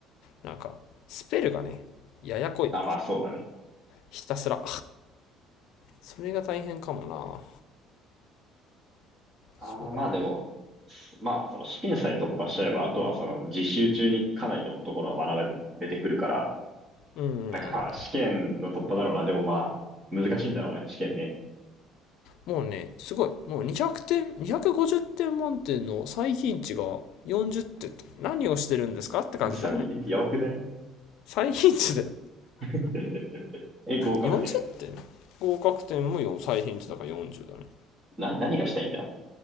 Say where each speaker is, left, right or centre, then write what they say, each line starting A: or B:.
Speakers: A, on the left; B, on the right.
A: なんか、スペルがね、ややこい。
B: あ、まあそうだね。
A: ひたすら。それが大変かもな。
B: ああ、
A: そうだね。
B: まあでも、まあその試験さえ突破しちゃえば、あとはその実習中にかなりのところは学べてくるから、
A: うん。
B: なんかまあ試験の突破だろうな。でもまあ、難しいんだろうね、試験ね。
A: もうね、すごい。もう200点、250点満点の最貧値が40点と。何をしてるんですかって感じだよね。
B: サイ、やばくない
A: 最貧値だよ。
B: <laughs> え、合格点は。
A: 40点合格点も4最貧値だから40だね。
B: な、何がしたいんだ